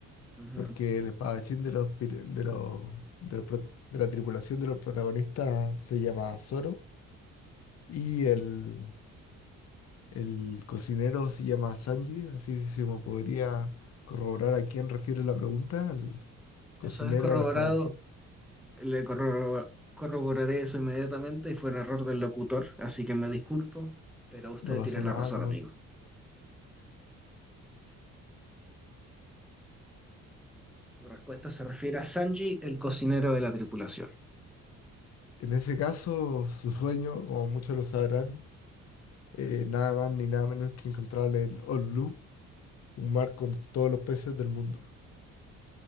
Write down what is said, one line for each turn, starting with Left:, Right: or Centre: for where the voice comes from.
Centre: Ujú.
Left: porque el espadachín de los, pir- de los, de los prot- de la tripulación de los protagonistas se llama Zoro y el, El cocinero se llama Sanji, así se me podría corroborar a quién refiere la pregunta, al cocinero,
Centre: Eso es corroborado.
Left: al espadachín.
Centre: Le corroboro- corroboraré eso inmediatamente y fue un error del locutor, así que me disculpo, pero usted
Left: No pasa
Centre: tiene la
Left: nada,
Centre: razón,
Left: no
Centre: amigo.
Left: pasa.
Centre: La respuesta se refiere a Sanji, el cocinero de la tripulación.
Left: En ese caso, su sueño, como muchos lo sabrán, eh, nada más ni nada menos que encontrar el All Blue, un mar con todos los peces del mundo.